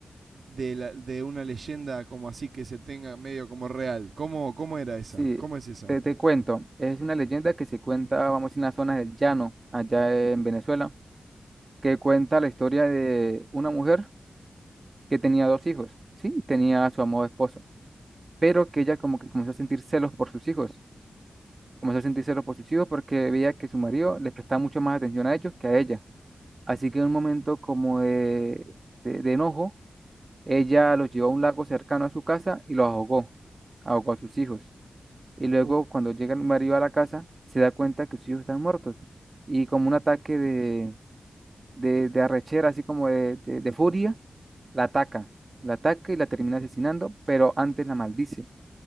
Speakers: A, on the right (about 75°); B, on the right (about 35°).
A: de, la- de una leyenda como así que se tenga medio como real. ¿Cómo, cómo era esa?
B: Sí,
A: ¿Cómo es esa?
B: te, te cuento, es una leyenda que se cuenta, vamos, en las zonas del llano, allá en Venezuela, que cuenta la historia de una mujer que tenía dos hijos, sí, y tenía a su amado esposo, pero que ella como que comenzó a sentir celos por sus hijos, comenzó a sentir celos por sus hijos porque veía que su marido les prestaba mucho más atención a ellos que a ella. Así que en un momento como de, de de enojo, ella los llevó a un lago cercano a su casa y los ahogó, ahogó a sus hijos. Y luego
A: Oh.
B: cuando llega el marido a la casa, se da cuenta que sus hijos están muertos. Y como un ataque de, de, de arrechera, así como de, de, de furia, la ataca. La ataca y la termina asesinando, pero antes la maldice.